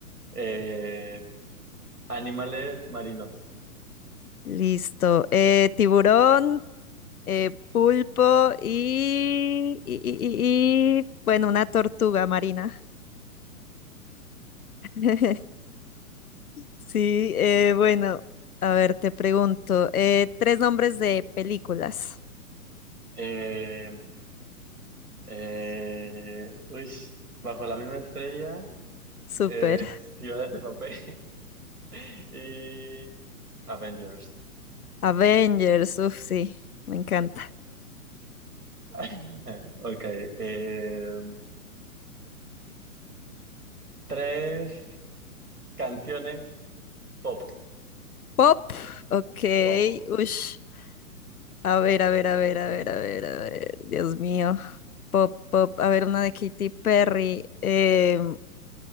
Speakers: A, on the right; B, on the left.
A: eh, animales marinos.
B: Listo. Eh, tiburón, eh, pulpo y, y, y, y- y, bueno, una tortuga marina. <laughs> Sí, eh, bueno, a ver, te pregunto. eh, tres nombres de películas.
A: Eh, eh, uy, bajo la misma estrella,
B: Súper.
A: eh, ciudades de papel <laughs> y Avengers.
B: Avengers, uff, sí, me encanta.
A: <laughs> Ok. eh, tres. Canciones pop,
B: Pop, ok,
A: pop.
B: uff. A ver, a ver, a ver, a ver, a ver, a ver. Dios mío. Pop, pop. A ver, una de Katy Perry. em,